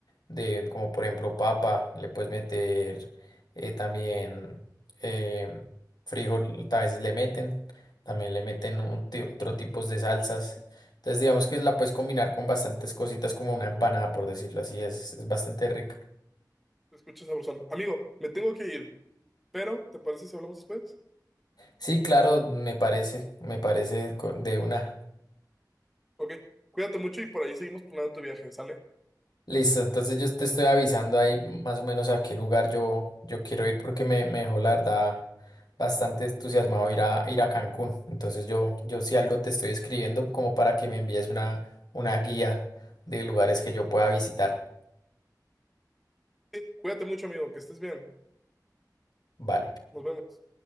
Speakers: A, on the left; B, in the centre.
A: de, como por ejemplo papa, le puedes meter eh, también eh, frijol, a veces le meten, también le meten un ti- otro tipo de salsas. Entonces digamos que la puedes combinar con bastantes cositas como una empanada, por decirlo así, es, es bastante rica.
B: Se escucha sabrosón. Amigo, me tengo que ir, pero ¿te parece si hablamos después?
A: Sí, claro, me parece, me parece co- de una.
B: Ok, cuídate mucho y por ahí seguimos planeando tu viaje, ¿sale?
A: Listo, entonces yo te estoy avisando ahí más o menos a qué lugar yo, yo quiero ir porque me, me dejó la verdad bastante entusiasmado ir a, ir a Cancún. Entonces yo, yo si algo te estoy escribiendo como para que me envíes una, una guía de lugares que yo pueda visitar.
B: Sí, cuídate mucho, amigo, que estés bien.
A: Vale.
B: Nos vemos.